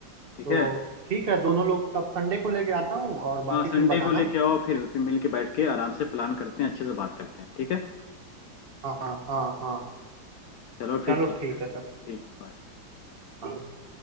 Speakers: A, on the left (about 75°); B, on the right (about 35°).
A: ठीक
B: तो
A: है
B: ठीक है दोनों लोग तब संडे को लेके आता हूँ और बाकी
A: हाँ संडे
B: तुम बताना
A: को लेके आओ फिर फिर मिल के बैठ के आराम से प्लान करते हैं अच्छे से बात करते हैं ठीक है
B: हाँ हाँ हाँ
A: चलो फिर
B: चलो
A: ठीक
B: ठीक
A: है ठीक
B: है तब
A: है bye।
B: हाँ